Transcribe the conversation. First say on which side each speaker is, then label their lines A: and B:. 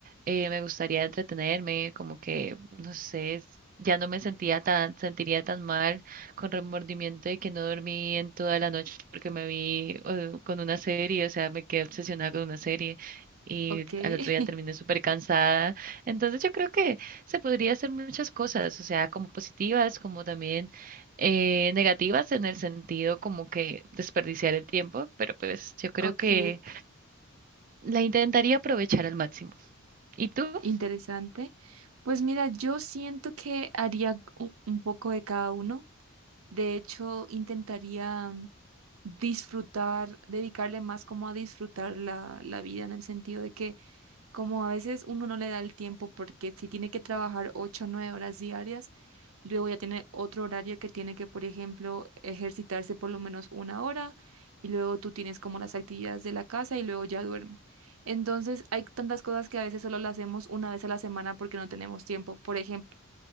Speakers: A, on the right; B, on the right.
A: eh, me gustaría entretenerme, como que, no sé, es- ya no me sentía tan, sentiría tan mal con remordimiento de que no dormí en toda la noche porque me vi eh, con una serie, o sea, me quedé obsesionada con una serie y
B: ok,
A: al otro día
B: <laughs>
A: terminé súper cansada. Entonces yo creo que se podría hacer muchas cosas, o sea, como positivas, como también eh, negativas en el sentido como que desperdiciar el tiempo, pero pues yo creo
B: ok,
A: que la intentaría aprovechar al máximo. ¿Y tú?
B: interesante. Pues mira, yo siento que haría u- un poco de cada uno. De hecho, intentaría mm, disfrutar, dedicarle más como a disfrutar la, la vida en el sentido de que como a veces uno no le da el tiempo porque si tiene que trabajar ocho o 9 horas diarias, luego ya tiene otro horario que tiene que, por ejemplo, ejercitarse por lo menos una hora y luego tú tienes como las actividades de la casa y luego ya duerme. Entonces hay tantas cosas que a veces solo las hacemos una vez a la semana porque no tenemos tiempo. Por ejemplo,